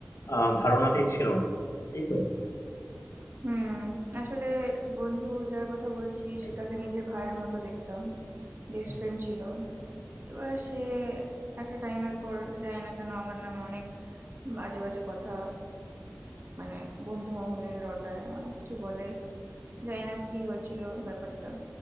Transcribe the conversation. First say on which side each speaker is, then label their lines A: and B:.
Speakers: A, on the left; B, on the right.
A: আহ, ধারণাতেই ছিল না এই তো
B: হুম আসলে বন্ধু যার কথা বলছিস
A: হ্যাঁ,
B: তাকে নিজের ভাইয়ের মতো দেখতাম বেস্ট
A: আচ্ছা
B: ফ্রেন্ড ছিল এবার সে একটা টাইমের পর জানি না কেন আমার নামে অনেক বাজে বাজে কথা মানে বন্ধু মহলে রটায় অনেক কিছু বলে জানি না কি হয়েছিল ব্যাপারটা